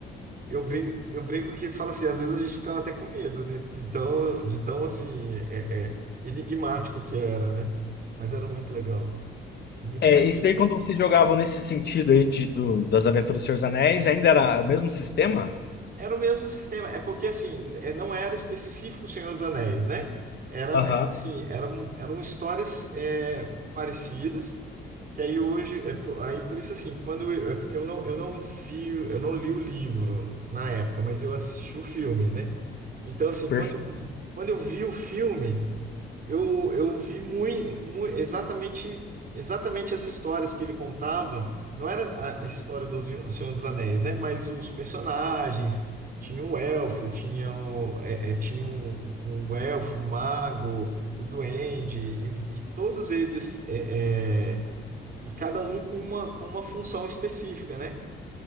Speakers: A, on the right (about 45°); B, on the left (about 55°).
A: Eu brinco, eu brinco que fala assim, às vezes a gente ficava até com medo, né? então tão, de tão assim, é, é, enigmático que era, né? Mas era muito legal. Muito
B: é, isso daí quando vocês jogavam nesse sentido aí de, do, das Aventuras do Senhor dos Anéis, ainda era o mesmo sistema?
A: Era o mesmo sistema. É porque, assim, eh, não era específico o Senhor dos Anéis, né? Era,
B: Aham,
A: era assim, eram, eram histórias eh, parecidas, que aí hoje, é, po- aí por isso, assim, quando eu, é porque eu não, eu não vi, eu não li o livro na época, mas eu assisti o filme, né? Então, assim,
B: perfeito.
A: quando, eu- quando eu vi o filme, eu, eu vi muito, exatamente, exatamente as histórias que ele contava. Não era a, a história do Zi- O Senhor dos Anéis, né? Mas os personagens. Tinha o elfo, tinha o, é, é, tinha o, o elfo, o mago, o duende, e, e todos eles, é, é, e cada um com uma, com uma função específica, né?